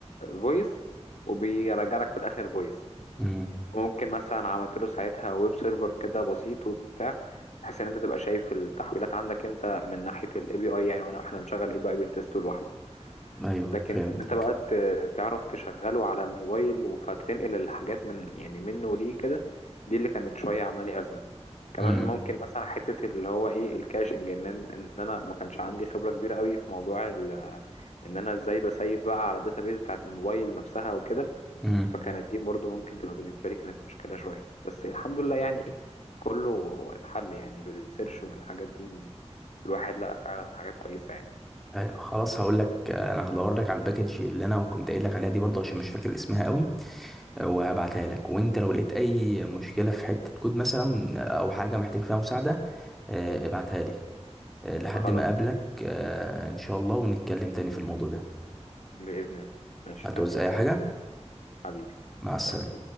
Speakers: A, on the left; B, in the centre.
A: فويس وبيرجع لك في الاخر فويس
B: امم
A: وممكن مثلا عملت له ساعتها ويب سيرفر كده بسيط وبتاع بحيث ان انت تبقى شايف التحويلات عندك انت من ناحيه الاي بي اي يعني وانا احنا بنشغل الاي بي اي بنتست لوحده
B: ايوه
A: لكن
B: فهمت
A: ان انت بقى ت- تعرف تشغله على الموبايل فتنقل الحاجات من يعني منه ليه كده دي اللي كانت شويه عامله لي ازمه كمان
B: امم
A: ممكن مثلا حته اللي هو ايه الكاشنج ان ان انا ما كانش عندي خبره كبيره قوي في موضوع ال- ان انا ازاي بسيف بقى على الداتابيز بتاعت الموبايل نفسها وكده
B: امم
A: فكانت دي برضو ممكن تبقى بالنسبه لي كانت مشكله شويه بس الحمد لله يعني ايه كله اتحل يعني بالسيرش والحاجات دي الواحد لقى فعلا حاجات كويسه يعني
B: أي- خلاص هقول لك آه، انا هدور لك على الباكج اللي انا كنت قايل لك عليها دي برضه عشان مش فاكر اسمها قوي آه، وهبعتها
A: مم.
B: لك وانت لو لقيت اي مشكله في حته كود مثلا آه، او حاجه محتاج فيها مساعده آه، ابعتها لي آه، لحد
A: خلاص
B: ما اقابلك آه، ان شاء الله ونتكلم تاني في الموضوع ده
A: بإذن الله ماشي
B: هتعوز
A: تمام
B: اي حاجه
A: حبيبي
B: مع السلامه
A: سلام.